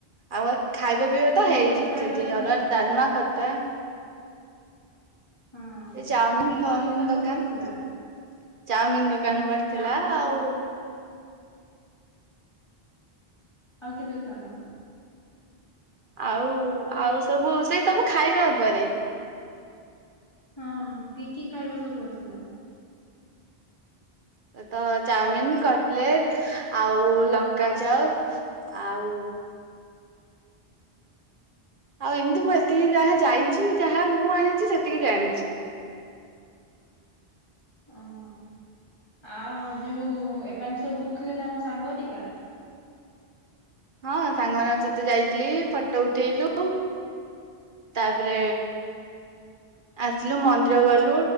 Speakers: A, on the right; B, on the left.
A: ଆଉ ଖାଇବା ପିଇବା
B: କି
A: ତ
B: କି
A: ହେଇଛି
B: ଖାଇବା
A: ସେଠି
B: ଦୋକାନ?
A: ଅରୁଆ ଡାଲମା ଖଟା
B: ହଁ
A: ଚାଉମିନ
B: ଆଉ କି
A: ଫାଉମିନ
B: କି ଦୋକାନ
A: ଦୋକାନ
B: ସବୁ ପଡିଥିଲା?
A: ଚାଉମିିନ ଦୋକାନ ପଡ଼ି
B: ଚାମ୍
A: ଥିଲା ଆଉ,
B: ଆଉ କି ଦୋକାନ?
A: ଆଉ ଆଉ ସବୁ ସେଇ ସବୁ ଖାଇବା ଉପରେ।
B: ହଁ କି କି ଖାଇବା ସବୁ କରିଥିଲା।
A: ତ ଚାଉମିିନ କଟଲେଟ ଆଉ ଲଙ୍କାଚପ୍ ଆଉ, ଆଉ ଏମିତି ମୁଁ ଏତିକି ଯାହା ଯାଇଛି ଯାହା ମୁଁ ଆଣିଛି ସେତିକି ଜାଣିଛି।
B: ଓହୋ ଆ ହ ଯୋଉ ଏମାନେ ସବୁ ବୁଲୁଥିଲେ ନା ଆମ ସାଙ୍ଗଘରୀକା।
A: ହଁ ସାଙ୍ଗ ମାନଙ୍କ ସହିତ ଯାଇଥିଲି ଫଟୋ ଉଠେଇଲୁ, ତାପରେ ଆସିଲୁ ମନ୍ଦିରକୁ ଗଲୁ,